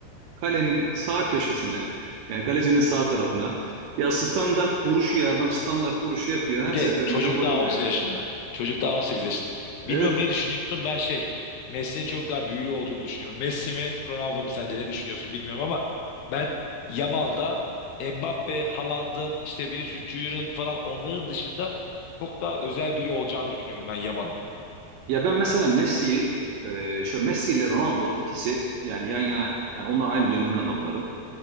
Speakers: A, on the right; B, on the left.
A: kalenin sağ köşesine yani kalecinin sağ tarafına. Ya standart vuruşu ya adam standart vuruşu yapıyor. Her
B: Bir de
A: seferinde
B: çocuk
A: de gol
B: daha
A: oluyor
B: on sekiz
A: ya.
B: yaşında. Çocuk daha 18 yaşında.
A: Evet
B: Bilmiyorum ne düşünüyorsun? Ben şey Messi'nin çok daha büyülü olduğunu düşünüyorum. Messi mi Ronaldo mu sence ne düşünüyorsun bilmiyorum ama ben Yamal'da Mbappe, Haaland'ın işte Vinicius Junior'ın falan onların dışında çok daha özel biri olacağını düşünüyorum ben Yamal'ın.
A: ya ben mesela Messi'yi e, şöyle Messi ile Ronaldo ikisi yani yan yana yani onlar aynı dönemin adamları.